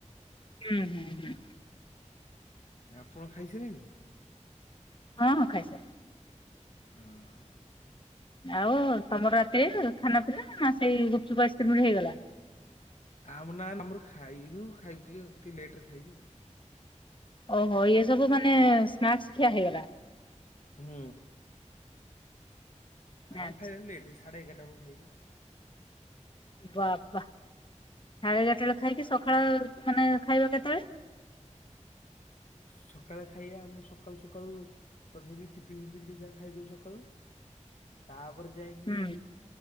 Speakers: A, on the left; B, on the left.
A: ହୁଁ-ହୁଁ-ହୁଁ।
B: ଆପଣ ଖାଇସାରିଲେଣି?
A: ହଁ-ହଁ ଖାଇ
B: ହଁ।
A: ଆଉ ତମର ରାତିରେ ଖାନା ପିନା ସେଇ ଗୁପଚୁପ ଆଇସ୍କ୍ରିମ ରେ ହେଇଗଲା?
B: ଆମ ନାଁ ଆମର ଖାଇନୁ ଖାଇବୁ ଟିକେ ଆଉ ଟିକେ ଲେଟରେ ଖାଇବୁ ଆଉ।
A: ଓହୋ ଇ ସବୁ ମାନେ ସ୍ନାକ୍ସ ଖିଆ ହେଇଗଲା?
B: ହୁଁ। ଆମ
A: ଆଚ୍ଛା
B: ଖାଇବା ଲେଟ ସାଢେ ଏଗାରଟା ବେଳକୁ ଖାଇବୁ।
A: ବାପା। ସାଢେ ଏଗାର ବେଳେ ଖାଇକି ସକାଳ ମାନେ ଖାଇବା କେତେବେଳେ?
B: ସକାଳୁ ଖାଇବା ଆମେ ସକାଳୁ ସକାଳୁ ତଥାପି ଟିଫିନ୍-ଫିଫିିନ ଟିକେ ଯାହା ଖାଇଦେଉୁ ସକାଳୁ। ତାପରେ ଯାଇକି
A: ହୁଁ